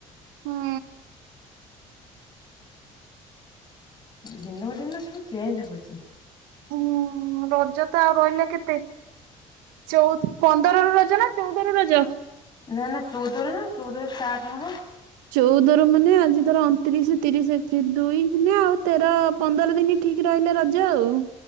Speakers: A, on the right; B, on the left.
A: ହୁଁ
B: ଦିନକୁ ଦିନ ସବୁ ଚେଞ୍ଜ ହଉଛି
A: ହୁଁ ରଜ ତ ଆଉ ରହିଲା କେତେଉ ପନ୍ଦର ର ରଜ ନା ଚଉଦ ର ରଜ?
B: ନା ନା ଚଉଦରେ ନା ଚଉଦ ରେ ଷ୍ଟାର୍ଟ ହବ।
A: ଚଉଦ ର ମାନେ ଆଜି ତର ଅଣତିରିଶ ତିରିଶଶ ଦୁଇ ଆଉ ତେର ପନ୍ଦର ଦିନ ଠିକ୍ ରହିଲେ ର ଯାଉ